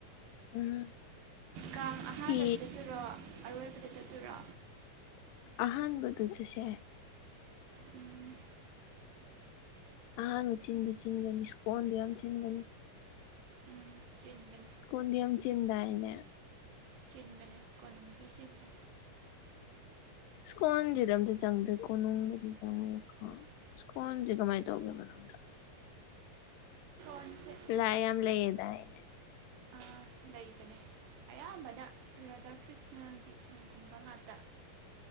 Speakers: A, on the left; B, on the right.
A: ꯎꯝ꯫
B: ꯀꯥꯡ ꯑꯍꯥꯟꯕꯗ
A: ꯐꯤ
B: ꯆꯠꯇꯨꯔꯣ ꯑꯔꯣꯏꯕꯗ ꯆꯠꯇꯨꯔꯣ
A: ꯑꯍꯥꯟꯕꯗꯨ ꯆꯠꯁꯦ
B: ꯎꯝ꯫
A: ꯑꯍꯥꯟꯕ ꯆꯤꯟꯗꯤ ꯆꯤꯟꯒꯅꯤ ꯏꯁ꯭ꯀꯣꯟꯗꯨ ꯌꯥꯝ ꯆꯤꯟꯒꯅꯤ꯫
B: ꯎꯝ ꯆꯤꯟꯕꯅꯦ꯫
A: ꯀꫭꯟꯗꯤ ꯌꯥꯝ ꯆꯤꯟꯗꯥꯏꯅꯦ꯫
B: ꯆꯤꯟꯕꯅꯦ ꯀꯣꯅꯨꯡꯁꯨ ꯆꯤꯜꯂꯦ꯫
A: ꯏꯁ꯭ꯀꯣꯟꯗꯨꯗ ꯑꯝꯇ ꯆꯪꯗ ꯀꯣꯅꯨꯡꯕꯨꯗꯤ ꯆꯪꯉꯨꯔꯦꯀꯣ꯫ ꯏꯁ꯭ꯀꯣꯟꯗꯤ ꯀꯃꯥꯏ ꯇꯧꯒꯦ ꯃꯅꯨꯡꯗ
B: <unintelligible>
A: ꯂꯥꯏ ꯌꯥꯝ ꯂꯩꯌꯦꯗꯥꯏꯅꯦ
B: ꯑꯥ ꯂꯩꯕꯅꯦ ꯑꯌꯥꯝꯕꯅ ꯔꯥꯙꯥ ꯀ꯭ꯔꯤꯁꯅꯒꯤ <unintelligible> ꯒꯨꯝꯕ ꯉꯥꯛꯇ